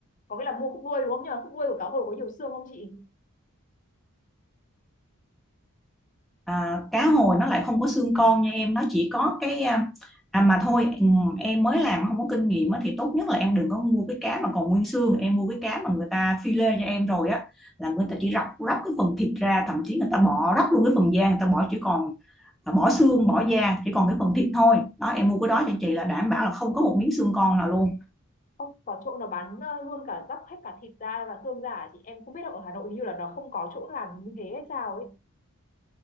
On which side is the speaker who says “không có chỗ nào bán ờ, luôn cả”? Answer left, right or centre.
Left